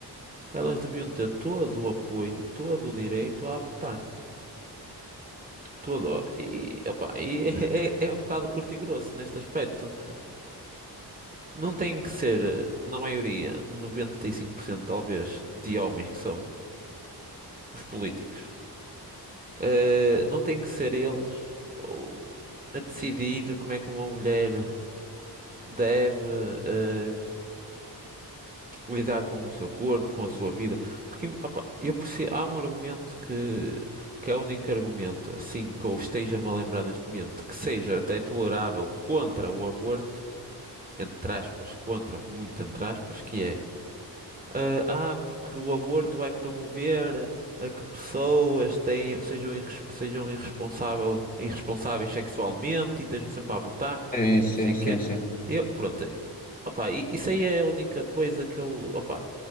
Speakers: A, on the right; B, on the left.
A: elas deviam ter todo o apoio, todo o direito a abortar. Todo. E, opá, e <laughs> é, é é um bocado curto e grosso neste aspecto. Não tem que ser, na maioria, 95%, talvez, de homens que são os políticos. Eh, não tem que ser eles ou a decidir como é que uma mulher deve eh, lidar com o seu corpo, com a sua vida. Porque opa, eu perce- há um argumento que, que é o único argumento, assim, que eu esteja-me a lembrar neste momento, que seja até tolerável contra o aborto, entre aspas, contra, muito entre aspas, que é Eh, ah, porque o aborto vai promover a que pessoas tenham, sejam, irres- sejam irresponsável, irresponsáveis sexualmente e estejam sempre a abortar
B: sim,
A: e
B: sim,
A: não sei
B: sim,
A: o quê.
B: sim.
A: Eu, pronto, eh, opá, i- isso aí é a única coisa que eu, opá,